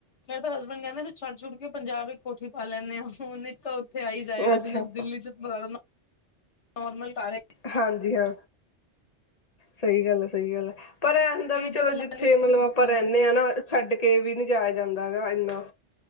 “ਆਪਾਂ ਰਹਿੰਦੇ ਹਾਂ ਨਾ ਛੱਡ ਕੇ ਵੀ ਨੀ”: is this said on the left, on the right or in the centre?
Left